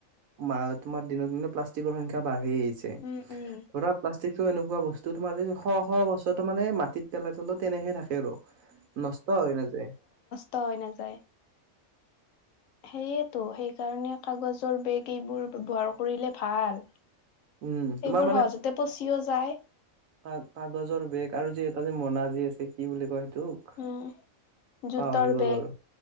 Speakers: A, on the right; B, on the left.
A: মা তোমাৰ দিনক দিনে প্লাচ টিকৰ সংখ্যা বাঢ়ি আহিছে
B: উম উম
A: ধৰা প্লাছ টিকটো এনেকুৱা বস্তু তোমাৰ এই শ - শ বছৰটো মানে মাটিত পেলাই থলে তেনেহে থাকে আৰু নষ্ট হয় নাযায়।
B: ত হৈ নাযায়। সেয়েতো সেইকাৰণে কাগজৰ বেগ এইবোৰ ব্যৱহাৰ কৰিলে ভাল।
A: উম, তোমাৰ
B: সেইবোৰ সহজতে পচিও যায়।
A: হয় কাগজৰ বেগ আৰু যে এটা যে মনা যি আছে কি বুলি কয় সেইটোক?
B: উম জোতৰ
A: পাহৰি গ'ল
B: বেগ
A: আৰু